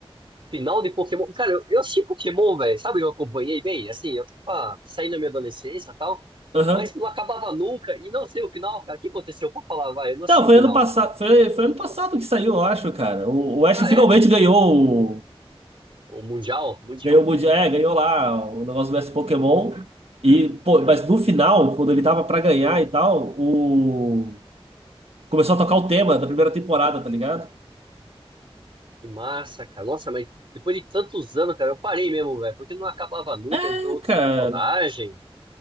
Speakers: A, on the right (about 55°); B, on the right (about 80°).
A: final de Pokémon. Cara, eu, eu assisti Pokémon, velho. Sabe, eu acompanhei bem, assim, eu tava saindo da minha adolescência e tal,
B: Aham.
A: mas não acabava nunca. E não sei o final, cara. O que aconteceu? Pô, falar, vai, eu não assisti
B: Não, foi
A: o final.
B: ano passado, foi, foi ano passado que saiu, eu acho, cara. O, o Ash
A: Ah,
B: finalmente
A: é?
B: ganhou o,
A: O Mundial? Mundial.
B: ganhou o Mundial, é, ganhou lá o negócio do mestre Pokémon. E, pô, mas no final, quando ele tava pra ganhar e tal, o começou a tocar o tema da primeira temporada, tá ligado?
A: Que massa, cara. Nossa, mas depois de tantos anos, cara, eu parei mesmo, velho, porque não acabava nunca.
B: É,
A: Entrou outros
B: cara.
A: personagens.